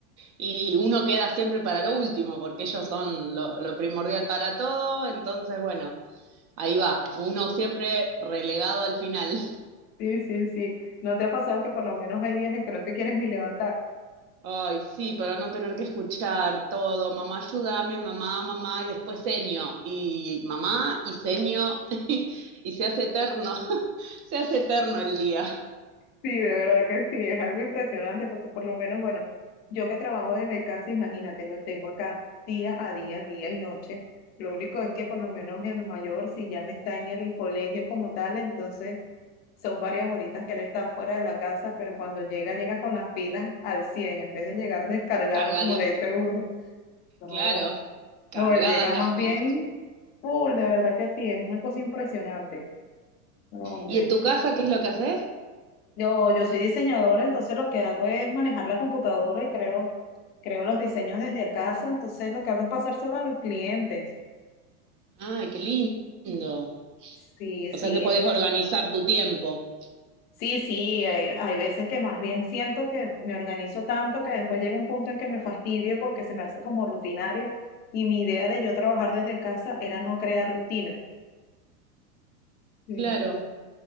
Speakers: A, on the right; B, on the left.
A: y uno queda siempre para lo último porque ellos son lo, lo primordial para todo, entonces bueno, ahí va, uno siempre relegado al final.
B: Sí, sí, sí. ¿No te ha pasado que por lo menos hay días en que no te quieres ni levantar?
A: Ay, sí, para no tener que escuchar todo, mamá, ayúdame, mamá, mamá, y después seño, y mamá, y seño, <laughs> y se hace eterno, <laughs> se hace eterno el día,
B: Sí, de verdad que sí, es algo impresionante porque por lo menos, bueno, yo que trabajo desde casa, imagínate, lo tengo acá día a día, día y noche. Lo único es que por lo menos el mayor, si ya no está en el colegio como tal, entonces son varias horitas que él está fuera de la casa, pero cuando llega, llega con las pilas al 100 en vez de llegar descargado,
A: cargadísima,
B: como le dice uno. No,
A: claro, cargadas
B: no, él llega
A: las
B: más
A: pilas.
B: bien full, de verdad que sí, es una cosa impresionante. No, hombre.
A: ¿Y en tu casa qué es lo que haces?
B: Yo, yo soy diseñadora, entonces lo que hago es manejar la computadora y creo, creo los diseños desde casa, entonces lo que hago es pasárselo a los clientes.
A: Ay, qué lindo.
B: Sí,
A: O
B: sí,
A: sea que podés
B: eh,
A: organizar tu tiempo,
B: sí, sí, hay, hay veces que más bien siento que me organizo tanto que después llega un punto en que me fastidio porque se me hace como rutinario y mi idea de yo trabajar desde casa era no crear rutina. Mm,
A: claro,